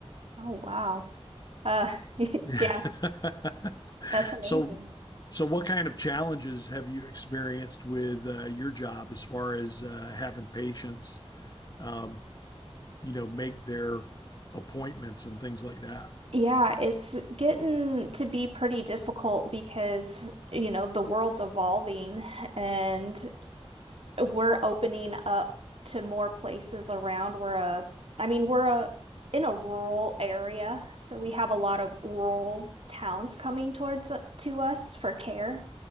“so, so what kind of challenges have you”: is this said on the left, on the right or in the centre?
Left